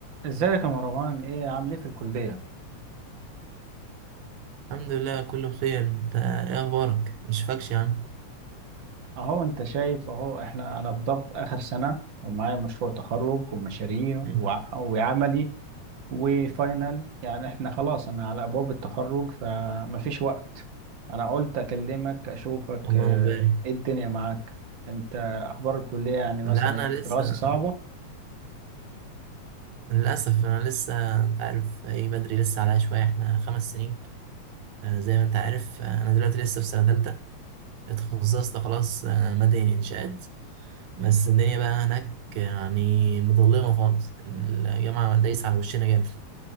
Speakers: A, on the right (about 50°); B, on the right (about 80°).
A: ازيك يا مروان ايه عامل ايه في الكلية
B: الحمد لله كله بخير انت ايه اخبارك مشفكش يا عم
A: اهو انت شايف اهو احنا انا في ضغط اخر سنة ومعايا مشروع تخرج ومشاريع
B: مم.
A: وع- وعملي وفاينل يعني احنا خلاص انا على ابواب التخرج فمفيش وقت انا قلت اكلمك اشوفك
B: اللهم
A: آه،
B: بارك
A: ايه الدنيا معاك انت اخبار الكلية يعني مثلا
B: لا انا
A: الدراسة
B: لسه
A: صعبة
B: للاسف انا لسه انت عارف ايه بدري لسه عليا شويه احنا خمس سنين آه، زي ما انت عارف آه، انا دلوقتي لسه في سنه ثالثه اتخصصت خلاص آه، مدني انشاءات بس الدنيا بقى هناك يعني مظلمه خالص الجامعه دايسه على وشنا جامد